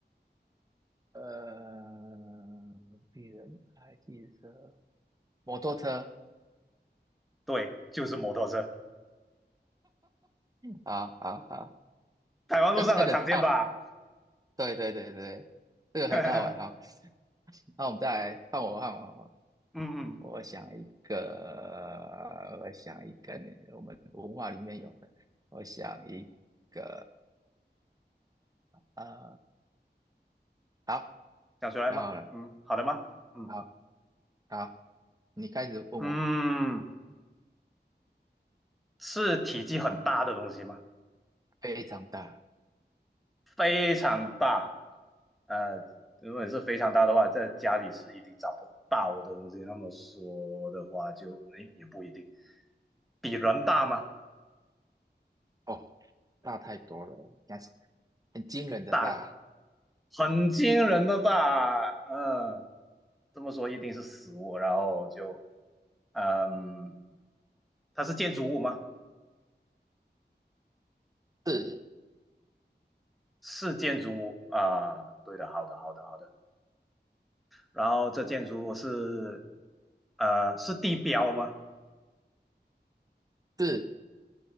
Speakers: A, on the right (about 20°); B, in the centre.
A: 呃，比人还汽车，摩托车。
B: 对，就是摩托车。
A: 好好好，
B: 台湾路上很常见吧？
A: 要猜得到。对对对对，这个很好玩。
B: <laughs> 嗯
A: 好，那我们再来看我，看我，看我。
B: 嗯，
A: 我想一个，我想一个，我们文化里面有的，我想一个，呃，呃好，
B: 想出来吗？
A: 想好了，
B: 嗯好的吗？嗯
A: 好，好，你开始问我，
B: 嗯，是体积很大的东西吗？
A: 非常大，
B: 非常大。呃，如果是非常大的话，在家里是一定找不到的东西。那么说的话就，哎也不一定，比人大吗？
A: 哦，大太多了，但是很惊人的大，
B: 大，很惊人的大。嗯，这么说一定是死物，然后就，嗯，它是建筑物吗？
A: 是
B: 是建筑物啊，对的，好的，好的，好的。然后这建筑物是，呃，是地标吗？
A: 是，